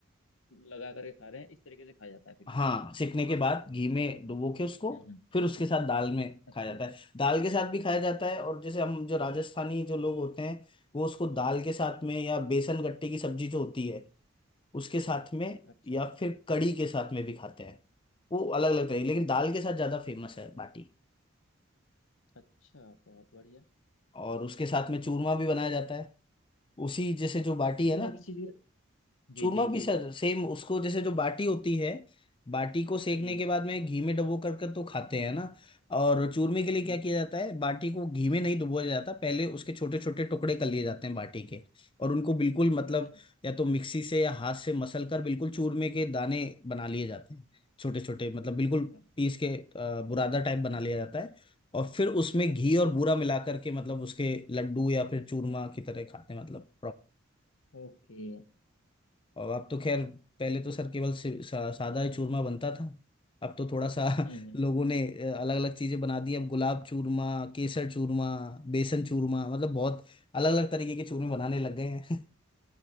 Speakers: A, on the left; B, on the left.
A: लगा करके खा रहे हैं इस तरीके से खाया जाता है फिर ये
B: हाँ सिकने के बाद घी में डुबो के उसको
A: हम्म हम्म,
B: फिर उसके साथ दाल में
A: अच्छा
B: खाया जाता है दाल के साथ भी खाया जाता है और जैसे हम जो राजस्थानी जो लोग होते हैं वो उसको दाल के साथ में या बेसन गट्टे की सब्जी जो होती है उसके साथ में
A: अच्छा
B: या
A: अच्छा
B: फिर कड़ी के साथ में भी खाते हैं वो अलग अलग तरह लेकिन दाल के साथ ज्यादा फेमस है बाटी
A: अच्छा बहुत बढ़िया
B: और उसके साथ में चूरमा भी बनाया जाता है उसी जैसे जो बाटी
A: और चूरमा
B: है ना
A: किसी चीज जी
B: चूरमा
A: जी
B: पिसा
A: जी
B: सेम उसको जैसे जो बाटी होती है बाटी को सेकने
A: जी
B: के बाद में घी में डुबो कर कर तो खाते हैं ना और चूरमे के लिए
A: हम्म
B: क्या किया जाता है बाटी को घी में नहीं डुबोया जाता पहले उसके छोटे छोटे टुकड़े कर लिए जाते हैं बाटी के और उनको बिल्कुल मतलब
A: अच्छा
B: या तो मिक्सी से या हाथ से मसल कर बिल्कुल चूरमे के दाने बना लिए जाते हैं छोटे छोटे मतलब बिल्कुल
A: अच्छा
B: पीस के अ, बुरादा टाइप बना लिया जाता है और फिर उसमें
A: अच्छा
B: घी
A: अच्छा
B: और बूरा मिला करके मतलब उसके लड्डू या फिर चूरमा की तरह खाते हैं मतलब
A: ओके
B: और अब तो खैर पहले तो सर केवल सि- सा, सादा ही चूरमा बनता था अब तो थोड़ा सा <laughs>
A: हम्म हम्म
B: लोगों ने अलग अलग चीजें बना दी अब गुलाब चूरमा केसर चूरमा बेसन चूरमा मतलब बहुत अलग अलग तरीके के चूरमे बनाने लग गए हैं